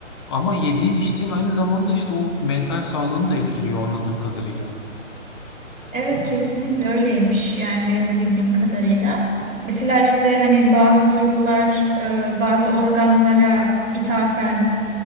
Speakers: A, on the left (about 20°); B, on the right (about 85°).
A: Ama yediğin içtiğin aynı zamanda işte o mental sağlığını da etkiliyor anladığım kadarıyla.
B: Evet kesinlikle öyleymiş. Yani benim de bildiğim kadarıyla. Mesela işte hani bazı duygular, e, bazı organlara ithafen